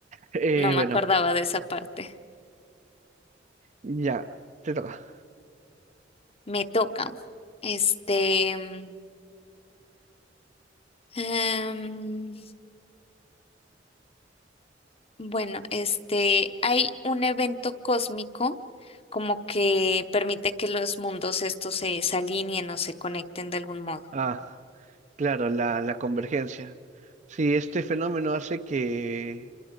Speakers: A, on the right (about 40°); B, on the left (about 35°).
A: Eh,
B: no me
A: bueno,
B: acordaba de esa parte.
A: ya, te toca.
B: Me toca. Este, mm, em, bueno, este, hay un evento cósmico como que permite que los mundos estos se, se alineen o se conecten de algún modo.
A: Ah, claro, la, la convergencia. Sí, este fenómeno hace que,